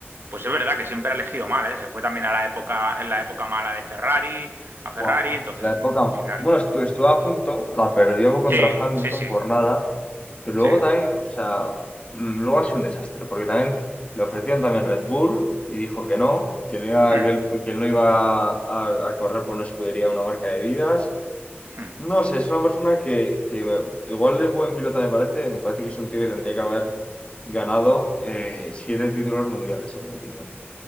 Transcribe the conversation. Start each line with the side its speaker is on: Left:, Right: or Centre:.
Right: pues es verdad que siempre ha elegido mal, ¿eh? Se fue también a la época, en la época mala de Ferrari, a Ferrari,
Left: buah,
Right: entonces
Left: la época,
Right: al final,
Left: bueno, estu- estuvo a punto, la perdió contra
Right: sí,
Left: Hamilton
Right: sí, sí,
Left: por nada. Pero luego
Right: sí.
Left: también, o sea, mm, luego ha sido un desastre, porque también le ofrecieron también Red Bull y dijo que no, que no iba,
Right: Mm,
Left: que él, que él no iba a, a correr por una escudería, una marca de vidas.
Right: mm.
Left: No sé, es una persona que, que igual de buen piloto me parece, me parece que es un tío que tendría que haber ganado eh, siete títulos mundiales, en mi opinión.